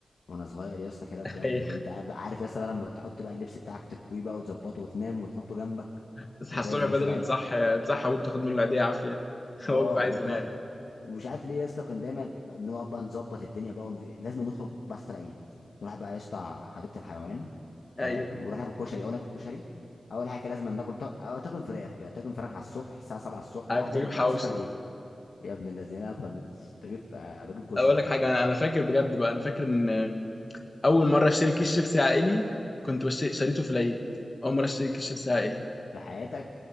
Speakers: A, on the left; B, on the left.
A: وانا صغير يا اسطى كده بجد
B: <laughs>
A: وانت قاعد بقى- عارف يا اسطى بقى لما تحط بقى اللبس بتاعك تكويه بقى وتظبطه وتنام وتحطه جنبك
B: تصحى
A: وجاهز
B: الصبح
A: يا
B: بدري
A: باشا بقى ال-
B: تصحى تصحى ابوك تاخد منه العيديه عافيه <laughs>
A: اه
B: هو بيبقى
A: وتروح
B: عايز ينام
A: ومش عارف ليه يا اسطى كان دايما نقعد بقى نظبط الدنيا بقى ونج... لازم نخرج بس العيد نروح بقى يا اسطى حديقه الحيوان فاهم
B: ايوه
A: ونروح ناكل كشري او ناكل كشري اول حاجه كده لازم ناكل ط... أو طاجن فراخ كده طاجن فراخ على الصبح الساعه 7 الصبح بعد
B: انا كنت
A: ال...
B: بجيب حواوشي
A: بعد صلاه العيد يا ابن الذين انا كنا بن- بجيب آه، بجيب كشري
B: اقول لك حاجه انا انا فاكر بجد بقى انا فاكر ان اول مره اشتري كيس شيبسي عائلي كنت بشت- شريته في العيد اول مره اشتري كيس شيبسي عائلي
A: في حياتك